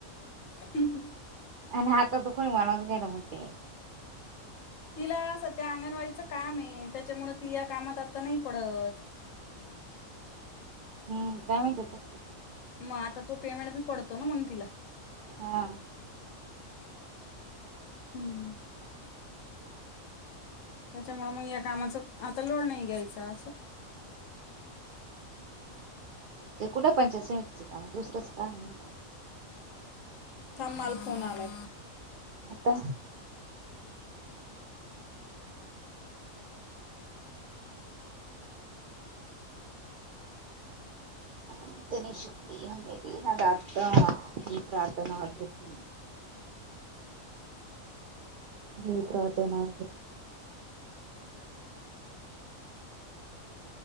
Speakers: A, on the left (about 70°); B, on the right (about 75°).
A: <unintelligible> <inaudible>
B: आणि आता तू कोणी <unintelligible>
A: तिला सध्या अंगणवाडीचं काम ये, त्याच्यामुळ ती या कामात आता नाही पडत.
B: हम्म, काय माहीत आता?
A: मग आता तो पेमेंट बी पडतो ना मग तिला.
B: हा.
A: हमं त्याच्यामुळें मग या कामाचं, आता लोड नाही घ्यायचा असं
B: ते कुठ पंचायत समितीचं काम, दुसरंच काम आहे
A: थांब माल फोन आलाय.
B: आता ईतनी शक्ती हमे दे ना दाता ही प्रार्थना आठवत नाही. ही प्रार्थना <unintelligible>